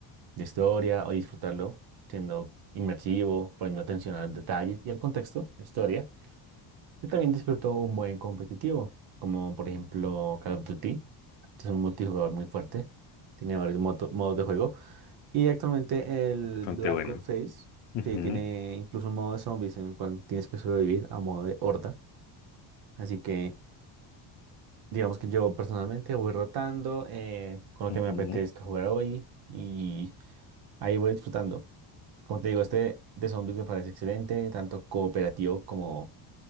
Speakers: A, on the right; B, on the left.
A: de historia o disfrutarlo siendo inmersivo, poniendo atención a los detalles y al contexto de historia. Yo también disfruto un buen competitivo, como por ejemplo Call of Duty, que es un multijugador muy fuerte, tiene varios moto- modos de juego. Y actualmente el
B: Bastante
A: Black
B: bueno.
A: Ops 6,
B: Ujú,
A: que tiene incluso un modo de zombies en el cual tienes que sobrevivir a modo de horda. Así que digamos que yo personalmente voy rotando eh, con lo
B: ujú,
A: que me apetezca jugar hoy y ahí voy disfrutando. Como te digo, este de zombies me parece excelente, tanto cooperativo como,